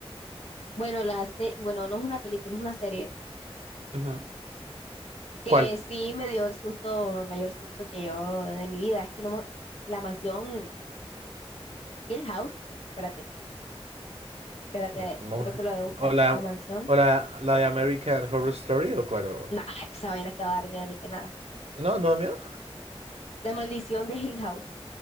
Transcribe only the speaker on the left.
Bueno, las, se- bueno, no es una película, es una serie
que
sí me dio el susto, el mayor susto que yo de mi vida. Es que no me- la mansión Hill House, espérate, espérate,
creo que lo voy a buscar.
La mansión,
nah, es que esa vaina que va a dar miedo ni que nada.
La maldición de Hill House.